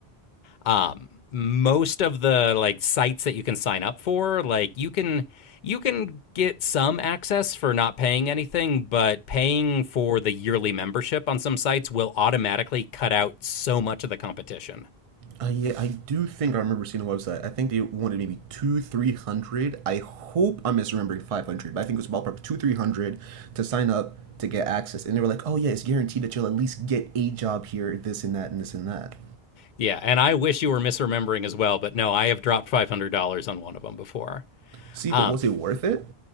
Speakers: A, on the left; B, on the right.
A: Um, most of the like sites that you can sign up for, like you can you can get some access for not paying anything, but paying for the yearly membership on some sites will automatically cut out so much of the competition.
B: Uh, yeah, I do think I remember seeing a website. I think they wanted maybe two, three hundred. I hope I'm misremembering five hundred, but I think it was ballpark two, three hundred to sign up to get access. And they were like, "Oh yeah, it's guaranteed that you'll at least get a job here, this and that, and this and that."
A: Yeah, and I wish you were misremembering as well, but no, I have dropped $500 on one of them before.
B: See,
A: Um,
B: but was it worth it?